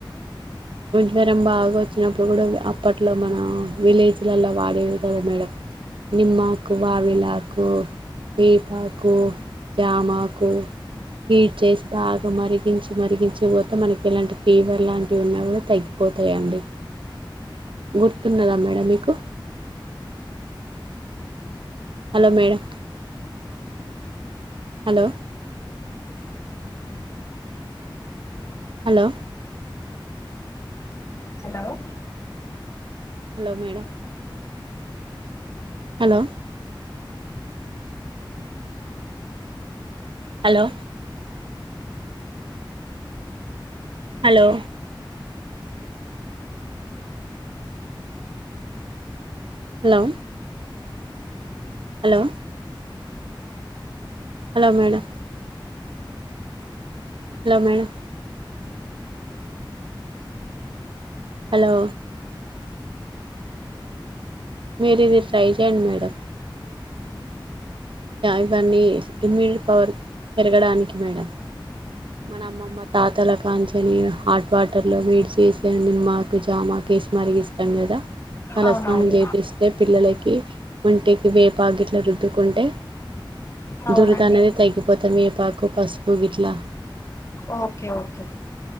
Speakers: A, on the right; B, on the left.
A: జరం బాగా వచ్చినప్పుడు కూడా అప్పట్లో మన విలేజ్లలో వాడేది కదా మేడం నిమ్మాకు, వావిలాకు, పీపాకు, జామాకు హీట్ చేసి బాగా మరిగించి మరిగించపోతే మనకి ఎలాంటి ఫీవర్ లాంటివి ఉన్నా కూడా తగ్గిపోతాయండి గుర్తున్నదా మేడం మీకు hello madam hello hello
B: hello
A: hello madam hello hello hello hello hello hello madam hello madam hello మరది ట్రాై చేం మేడం ఇవన్నీ ఇమ్యూనిటీ పవర్ పెరగడానికి మేడం మన అమ్మమ్మ తాతల కాంచని హాట్ వాటర్లో మీడ్ చేసా నిమ్మకు జామాక వేసి మరిగి ఇస్తాం కదా తలస్నాన
B: అవునవును
A: చేపిస్తే పిల్లలకి ఒంటికి వేపా గట్లు రుద్దుకుంటే
B: అవునండి
A: దురదాన్నది తగ్గిపోతాం పాకు పాస్పుక్ ఇట్లా
B: ఓకే ఓకే